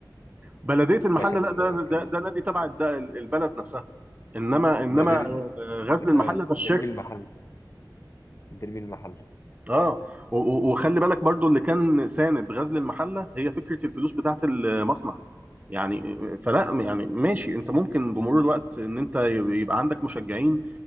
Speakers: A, on the right (about 20°); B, on the left (about 40°).
A: بلدية المحلة
B: ده كان
A: لا ده
B: كان
A: ده ده نادي تبع الد- البلد نفسها انما انما
B: ده فيردي
A: آه، غزل المحلة
B: آه،
A: ده الشركة
B: ديربي المحل ديربي المحل
A: اه و- و- وخلي بالك برضو اللي كان ساند غزل المحله هي فكره الفلوس بتاعه المصنع يعني فلا يعني ماشي انت ممكن بمرور الوقت ان انت يبقى عندك مشجعين